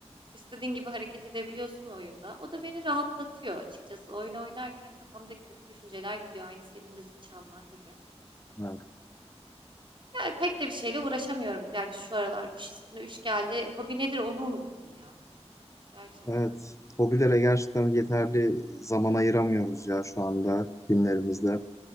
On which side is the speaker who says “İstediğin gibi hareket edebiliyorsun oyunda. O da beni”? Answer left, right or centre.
Right